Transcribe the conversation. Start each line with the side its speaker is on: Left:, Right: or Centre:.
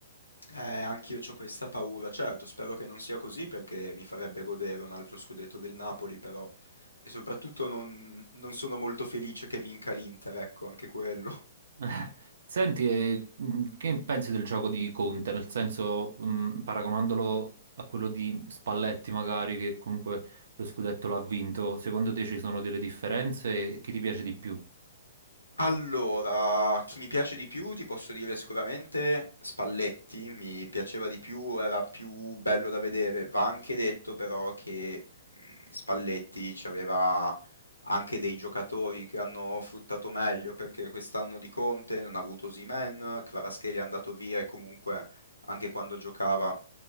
Left: Eh, anch'io ho questa paura, certo, spero che non sia così perché mi farebbe godere un altro scudetto del Napoli, però... E soprattutto non, non sono molto felice che vinca l'Inter, ecco, anche quello.
Right: Eh, Senti, e, mh, che pensi del gioco di Conte? Nel senso, mh, paragonandolo a quello di Spalletti, magari, che comunque lo scudetto l'ha vinto, secondo te ci sono delle differenze e chi ti piace di più?
Left: Allora, chi mi piace di più ti posso dire sicuramente Spalletti, mi piaceva di più, era più bello da vedere. Va anche detto però che mm, Spalletti ci aveva anche dei giocatori che hanno fruttato meglio perché quest'anno di Conte non ha avuto Osimhen, Kvaratskhelia è andato via e comunque anche quando giocava